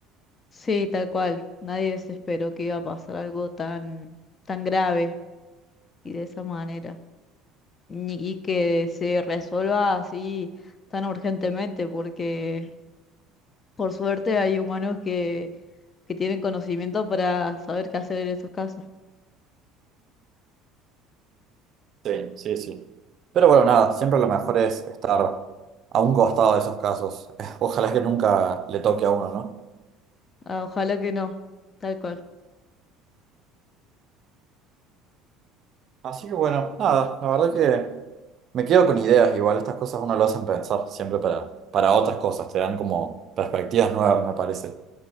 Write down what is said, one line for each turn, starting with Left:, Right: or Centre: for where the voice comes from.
Left: Sí, tal cual. Nadie se esperó que iba a pasar algo tan, tan grave y de esa manera. Ni- Y que se resuelva así tan urgentemente, porque por suerte hay humanos que, que tienen conocimiento para saber qué hacer en estos casos.
Right: Sí, sí, sí. Pero bueno, nada, siempre lo mejor es estar a un costado de esos casos. <laughs> Ojalá que nunca le toque a uno, ¿no?
Left: Ah, ojalá que no. Tal cual.
Right: Así que bueno, nada, la verdad que me quedo con ideas, igual estas cosas uno lo hacen pensar siempre para, para otras cosas, te dan como perspectivas nuevas, me parece.